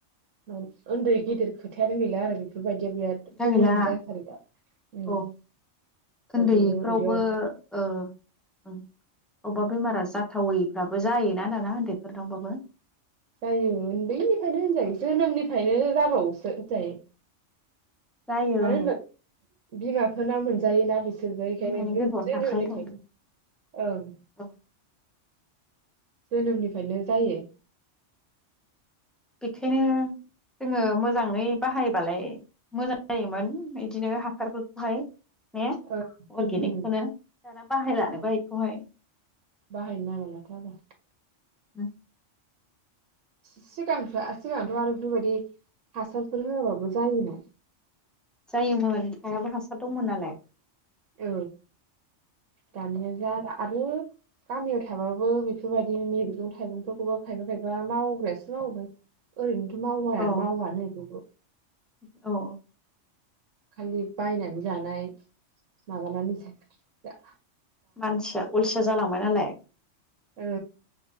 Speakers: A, on the right; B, in the centre.
A: औ उन्दै गेदेर खोथायानो गैला आरो बेफोरबायदि बिदिया बिराद
B: खोथा
A: कमन
B: गैला
A: जाथारो दा ओरैनो
B: औ उन्दैफ्रावबो
A: उदैयाव‌ अन्थाय
B: ओ ओं अबेबा बेमारा जाथावैफ्राबो जायोना दाना उन्दैफोरनावबाबो
A: जायो उन्दैनिफ्रायनो होनजायो जोनोमनिफ्रायनो जाबावोसो होनजायो
B: जायो
A: मानो
B: ओं
A: होनबा बिमाफोरनाव मोनसे जायोना बिसोरबो ऐखायनो‌
B: ओं माने गोरबोआवनो
A: जोनोमनि
B: थाखायो
A: थायो ओं
B: औ
A: जोनोमनिफ्रायनो जायो
B: बेखायनो जोङो मोजाङै बाहायबालाय मोजां जायोमोन बिदिनो हासारफोरखौहाय ने
A: ओं
B: अर्गेनिकखौनो
A: उम
B: दाना बाहायला नोबा ऐखौहाय।
A: बाहाय नांलाथ' आरो।
B: उम।
A: सिगांथ' सिगांथ' आरो बेफोर बायदि हासार फोर होआबाबो जायोमोन।
B: जायोमोन हायाबो हासार दंमोन नालाय।
A: औ दानिया जार आरो गामियाव थाबाबो बेफोर बायदि मैगं थाइगं फोरखौबो खायफा खायफा मावग्रा यासो मावबाय ओरैनो। माव
B: औ
A: मावानो बेबो।
B: औ।
A: खालि बायनानै जानाय माबानानै ज <unintelligible> दा
B: मानसिया अलसिया जालांबाय नालाय
A: ओ।